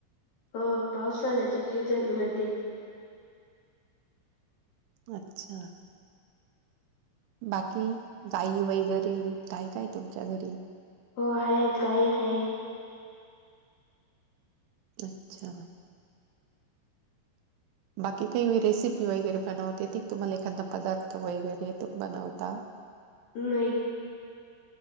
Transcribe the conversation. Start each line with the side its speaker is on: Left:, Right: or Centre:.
Left: हो. पावसाळ्याच्या सीझन मध्ये.
Right: अच्छा. बाकी गाई वगैरे काय काय तुमच्या घरी
Left: हो आहे काय आहे
Right: अच्छा बाकी काही रेसिपी वगैरे बनवते ती तुम्हाला एखादा पदार्थ वगैरे तो बनवता
Left: <inaudible> नाही